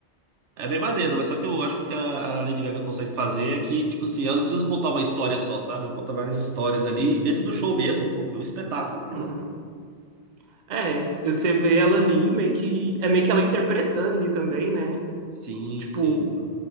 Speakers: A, on the right (about 75°); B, on the right (about 45°).
A: é bem maneiro, mas só que eu acho que o que a a Lady Gaga consegue fazer é que, tipo assim, ela não precisa contar uma história só, sabe? Ela conta várias histórias ali, e dentro do show mesmo, pô, foi um espetáculo aquilo
B: Uhum.
A: lá.
B: É, c- você vê ela ali, meio que. É meio que ela interpretando ali também, né?
A: Sim,
B: Tipo,
A: sim.